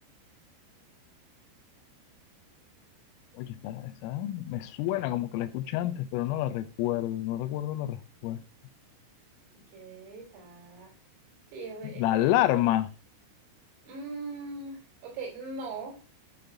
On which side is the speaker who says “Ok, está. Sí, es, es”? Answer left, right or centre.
Right